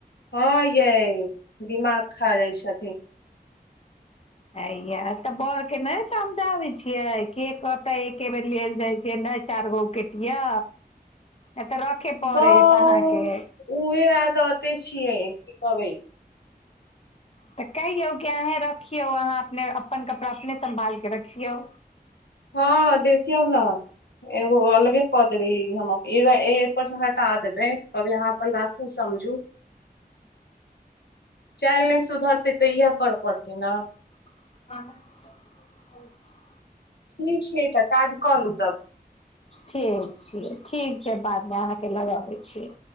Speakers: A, on the left (about 85°); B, on the left (about 40°).
A: हँ यै दिमाग खा जाइ छथिन
B: हया तऽ बड़ के नहि समझाबै छियै के कपड़ा एके बेर लेल जय छियै नय चारि गो उटियो
A: <inaudible>
B: ए तऽ रखे पड़ेत
A: बौह
B: अहाँके
A: उहे आदते छियै की कहबै
B: तऽ कहियौ कि अहे रखियौ अहाँ अपने अपन कपड़ा अपने सम्भालके रखियौ
A: हँ देखियो न एगो अलगे कऽ देबै हम अप इ ऐय पर से हटा देबै कभी अहाँ अपन राखु समझू चाइल नय सु धरतै तऽ इएह करऽ पड़तै ने
B: <unintelligible>
A: ठीक छै तऽ काज कलू तब
B: ठीक छियै ठीक छै बादमे अहाँके लगबै छियै